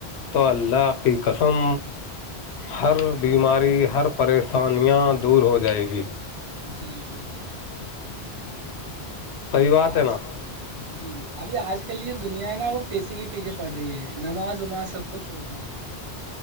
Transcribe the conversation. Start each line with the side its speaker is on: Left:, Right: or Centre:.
Left: تو اللہ کی قسم ہر بیماری ہر پریشانیاں دور ہو جائے گی
Right: جی جی ب ش
Left: صحیح بات ہے
Right: آج
Left: نا
Right: جی ابھی آج کے لیے دنیا نا وہ پیسے کے پیچھے پڑ رہی ہے نماز وماز سب کو چھوڑ رہی ہے